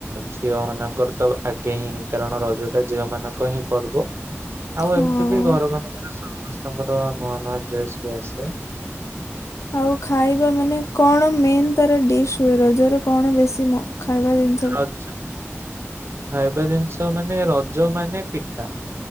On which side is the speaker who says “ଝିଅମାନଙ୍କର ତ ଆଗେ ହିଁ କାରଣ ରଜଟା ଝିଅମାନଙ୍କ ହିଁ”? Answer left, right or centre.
Right